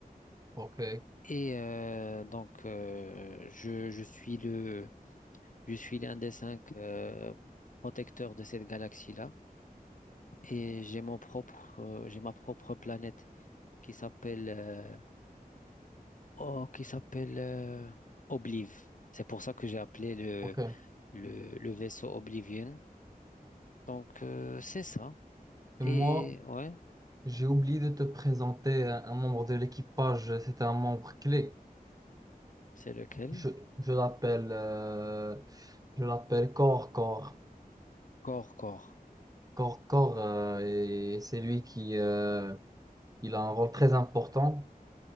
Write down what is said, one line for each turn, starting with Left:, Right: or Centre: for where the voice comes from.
Right: ok,
Left: Et euh, donc, euh, je, je suis le, je suis l'un des cinq euh, protecteurs de cette galaxie-là. et j'ai mon propre, euh, j'ai ma propre planète qui s'appelle euh, oh, qui s'appelle euh, Obliv. C'est pour ça que j'ai appelé le,
Right: ok.
Left: le, le vaisseau Oblivion. Donc euh, c'est ça. Et
Right: Et moi,
Left: ouais,
Right: j'ai oublié de te présenter un, un membre de l'équipage. C'était un membre clé.
Left: c'est lequel?
Right: Je, je l'appelle euh, je l'appelle Cor, Cor,
Left: Corps, corps.
Right: Cor, Cor. euh, et c'est lui qui euh, il a un rôle très important.